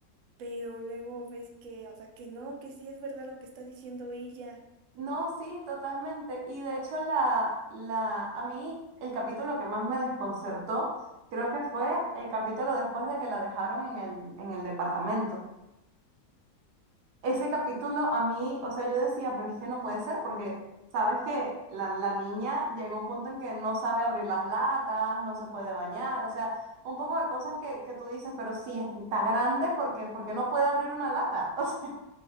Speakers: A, on the right; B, on the right.
A: pero luego ves que, o sea, que no, que sí es verdad lo que está diciendo ella.
B: No, sí, totalmente. Y de hecho, la, la, a mí el capítulo que más me desconcertó creo que fue el capítulo después de que la dejaron en el, en el departamento. Ese capítulo a mí, o sea, yo decía, pero es que no puede ser porque, ¿sabes que La, la niña llega a un punto en que no sabe abrir las latas, no se puede bañar, o sea, un poco de cosas que, que tú dices, pero sí, está grande porque, porque no puede abrir una lata, <laughs> o sea,